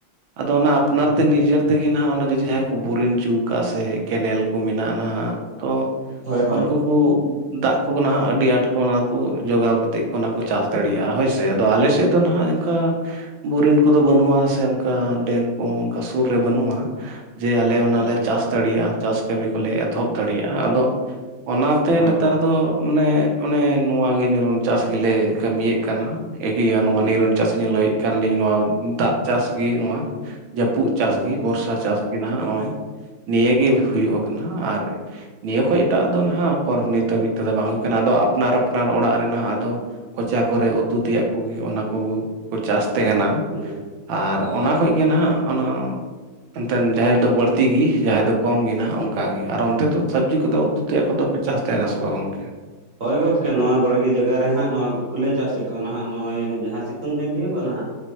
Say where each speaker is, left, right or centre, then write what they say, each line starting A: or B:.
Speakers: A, on the right; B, on the right.
A: ᱟᱫᱚ ᱚᱱᱟ ᱟᱯᱱᱟᱨ ᱛᱮ ᱱᱤᱡᱮᱨ ᱛᱮᱜᱮ ᱱᱟᱦᱟᱸᱜ ᱚᱱᱟ ᱡᱩᱫᱤ ᱡᱟᱦᱟᱸᱭ ᱠᱚ ᱵᱩᱨᱤᱱᱪᱩ ᱚᱠᱟᱥᱮᱜ ᱠᱮᱱᱮᱞ ᱠᱩ ᱢᱮᱱᱟᱜᱼᱟ ᱱᱟᱦᱟᱸᱜ ᱛᱚ
B: ᱦᱳᱭ ᱦᱳᱭ
A: ᱩᱱᱠᱩ, ᱠᱩ ᱫᱟᱜ ᱠᱩ ᱱᱟᱦᱟᱜ ᱟᱹᱰᱤ ᱟᱸᱴ ᱠᱚ ᱚᱱᱟ ᱠᱩ ᱡᱚᱜᱟᱣ ᱠᱟᱛᱮ ᱠᱚ ᱚᱱᱟ ᱠᱚ ᱪᱟᱥ ᱫᱟᱲᱮᱭᱟᱜᱼᱟ ᱦᱳᱭ ᱥᱮ ᱾ ᱛᱮ ᱟᱫᱚ ᱟᱞᱮ ᱥᱮᱜ ᱫᱚ ᱱᱟᱦᱟᱜ ᱚᱱᱠᱟ ᱵᱩᱨᱤᱱ ᱠᱚᱫᱚ ᱵᱟᱹᱱᱩᱜᱼᱟ ᱥᱮ ᱚᱱᱠᱟ ᱰᱮᱢ ᱠᱚ ᱚᱱᱠᱟ ᱥᱩᱨ ᱨᱮ ᱵᱟᱹᱱᱩᱜᱼᱟ ᱡᱮ, ᱟᱞᱮ ᱚᱱᱟᱞᱮ
B: ᱟᱪᱪᱷᱟ
A: ᱪᱟᱥ ᱫᱟᱲᱮᱭᱟᱜᱼᱟ ᱪᱟᱥ ᱠᱟᱹᱢᱤ ᱠᱚᱞᱮ ᱮᱛᱚᱦᱚᱵ ᱫᱟᱲᱮᱭᱟᱜᱼᱟ ᱟᱫᱚ ᱚᱱᱟᱛᱮ
B: ᱦᱳᱭ
A: ᱱᱮᱛᱟᱨ
B: ᱦᱳᱭ
A: ᱫᱚ ᱢᱟᱱᱮ ᱚᱱᱮ ᱱᱚᱣᱟᱜᱮ ᱱᱤᱨᱚᱱ ᱪᱟᱥ ᱜᱮᱞᱮ ᱠᱟᱹᱢᱤᱭᱮᱜ ᱠᱟᱱᱟ᱾ ᱤᱜᱤᱭᱟ ᱱᱚᱣᱟ
B: ᱦᱳᱭ
A: ᱱᱤᱨᱚᱱ ᱪᱟᱥᱤᱧ ᱞᱟᱹᱭᱮᱫ ᱠᱟᱱᱞᱤᱧ ᱱᱚᱣᱟ ᱫᱟᱜ ᱪᱟᱥ ᱜᱮ ᱱᱚᱣᱟ ᱡᱟᱹᱯᱩᱫ ᱪᱟᱥᱜᱤ
B: ᱦᱳᱭ ᱦᱳᱭ
A: ᱵᱚᱨᱥᱟ ᱪᱟᱥ ᱜᱤ ᱱᱟᱦᱟᱜ ᱱᱚᱜᱼᱚᱭ ᱱᱤᱭᱟᱹ ᱜᱤ ᱦᱩᱭᱩᱜᱚᱜ ᱱᱟᱦᱟᱸᱜ ᱟᱨ ᱱᱤᱭᱟᱹ ᱠᱷᱚᱡ ᱮᱴᱟᱜ ᱟᱜ ᱫᱚ ᱱᱟᱦᱟᱜ ᱚᱠᱚᱨ ᱱᱤᱛ ᱦᱟᱹᱵᱤᱜ ᱛᱮᱫᱚ ᱵᱟᱝ ᱠᱟᱱᱟ ᱟᱫᱚ ᱟᱯᱱᱟᱨ ᱟᱯᱱᱟᱨ ᱚᱲᱟᱜ ᱨᱮ ᱟᱫᱚ ᱠᱚᱪᱟ ᱠᱚᱨᱮ ᱩᱛᱩ ᱛᱮᱭᱟᱜ ᱠᱩᱜᱮ ᱚᱱᱟ ᱠᱩᱜᱮ ᱠᱚ ᱪᱟᱥ ᱛᱮᱦᱮᱱᱟ
B: ᱦᱮᱦ ᱾
A: ᱟᱨ ᱚᱱᱟ ᱠᱷᱚᱡ ᱜᱮ ᱱᱟᱦᱟᱜ ᱚᱱᱟ ᱮᱱᱛᱮᱱ ᱡᱟᱦᱟᱭ ᱫᱚ ᱵᱟᱹᱲᱛᱤ ᱜᱤ ᱡᱟᱦᱟᱸᱭ ᱫᱚ ᱠᱚᱢ ᱜᱮ ᱱᱟᱦᱟᱜ ᱚᱱᱠᱟᱜ ᱜᱮ ᱟᱨ ᱚᱱᱛᱮ ᱫᱚ ᱥᱚᱵᱽᱡᱤ ᱠᱚᱫᱚ ᱩᱛᱩ ᱛᱮᱭᱟᱜ ᱠᱚᱫᱚ ᱯᱮ ᱪᱟᱥ ᱛᱟᱦᱮᱱᱟ ᱥᱮ ᱵᱟᱝ ᱜᱚᱝᱠᱮ?
B: ᱦᱳᱭ ᱜᱚᱝᱠᱮ ᱱᱚᱣᱟ ᱵᱟᱹᱲᱤᱡ - ᱤᱭᱟᱹ ᱡᱟᱭᱜᱟ ᱨᱮ ᱦᱟᱸᱜ ᱱᱚᱣᱟ ᱠᱩᱠᱞᱟᱹ ᱪᱟᱥ ᱦᱳᱭᱳᱜ ᱠᱚᱣᱟ ᱱᱟᱦᱟᱜ ᱱᱚᱜᱼᱚᱭ ᱡᱟᱦᱟᱸ ᱥᱤᱛᱩᱝ ᱫᱤᱱ ᱛᱤᱭᱳᱜᱚᱜᱼᱟ ᱱᱟᱦᱟᱜ